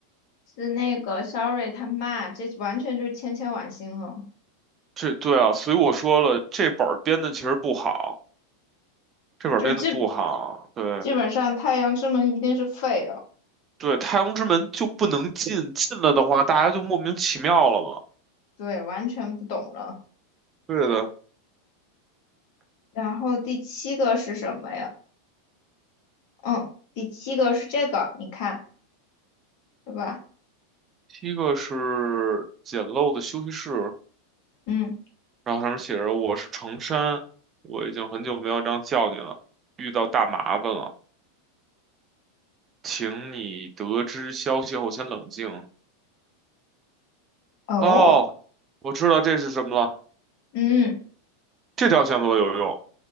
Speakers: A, on the left; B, on the right.
A: 是那个 Sorry 他妈，这完全就是千千晚星了，
B: 这对啊，所以我说了，这本儿编的其实不好。这本儿编的不好，
A: 就基
B: 对
A: 基本上太阳之门一定是废了，
B: 对，太阳之门就不能进，进了的话，大家就莫名其妙了嘛。
A: 对，完全不懂了。
B: 对的，
A: 然后第七个是什么呀？嗯，第七个是这个，你看，对吧？
B: 第一个是简陋的休息室，
A: 嗯，
B: 然后上面写着“我是程山”，我已经很久没有这样叫你了，遇到大麻烦了，请你得知消息后先冷静。
A: 哦，
B: 哦，我知道这是什么了，
A: 嗯，
B: 这条线索有用。